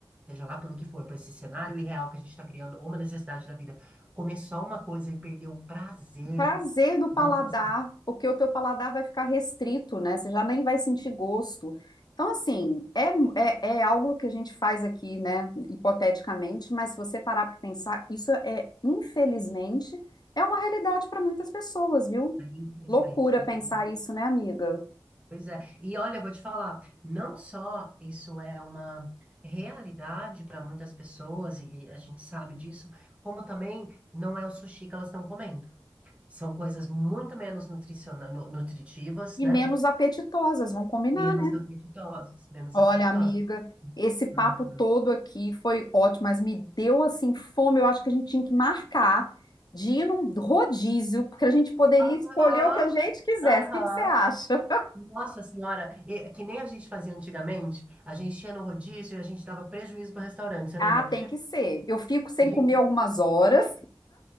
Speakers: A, on the right (about 15°); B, on the left (about 55°).
A: seja lá pelo que for, para esse cenário irreal que a gente está criando, ou uma necessidade da vida começar uma coisa e perder o prazer.
B: Prazer do paladar,
A: Nossa,
B: porque o teu paladar vai ficar restrito, né? Você já nem vai sentir gosto. Então, assim, é, é, é algo que a gente faz aqui, né, hipoteticamente, mas se você parar para pensar, isso é, infelizmente, é uma realidade para muitas pessoas, viu?
A: aí, infelizmente,
B: Loucura
A: tá
B: pensar
A: aqui, né?
B: isso, né, amiga?
A: Pois é. E olha, eu vou te falar, não só isso é uma realidade para muitas pessoas, e a gente sabe disso, como também não é o sushi que elas estão comendo. São coisas muito menos nutriciona- nu- nutritivas,
B: E
A: né?
B: menos apetitosas, vamos combinar,
A: Menos
B: né?
A: apetitosas, menos
B: Olha,
A: apetitosas.
B: amiga, esse papo
A: Uhum.
B: todo aqui foi ótimo, mas me deu assim fome. Eu acho que a gente tinha que marcar de ir num rodízio, porque a gente poderia
A: Aham,
B: escolher o que a gente quisesse.
A: aham.
B: O que que você acha?
A: Nossa senhora, e- que nem a gente fazia antigamente, a gente ia no rodízio e a gente dava prejuízo para o restaurante, você
B: Ah,
A: lembra?
B: tem que ser. Eu fico sem
A: A gente.
B: comer algumas horas.